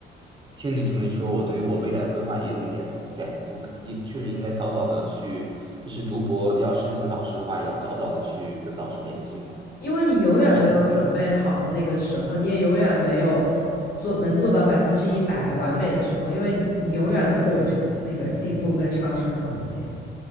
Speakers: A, on the right; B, on the left.
A: 听你这么一说，我对于我未来的规划也有一点改，我也确实应该早早的去，就是读博要申请导师的话，也要早早的去跟导师联系嘛。
B: 因为你永远没有准备好的那个时候，
A: 我一直想的，
B: 你也永远没有做能做到百分之一百完美的时候，因为你你永远都会有是那个进步跟上升的空间，